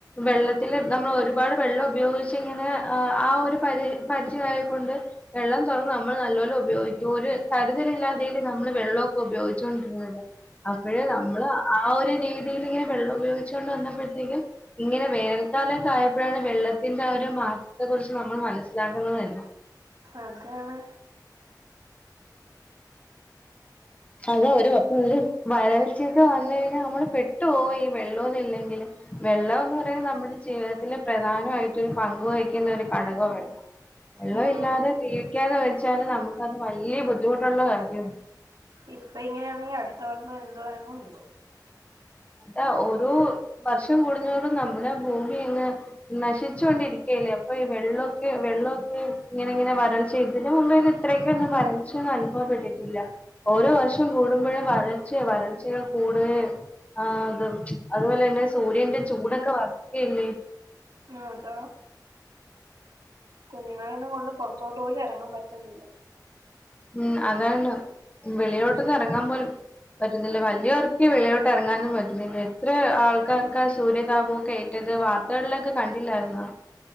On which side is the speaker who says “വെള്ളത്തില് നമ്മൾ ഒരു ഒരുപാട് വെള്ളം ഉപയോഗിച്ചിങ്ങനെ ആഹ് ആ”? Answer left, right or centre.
Left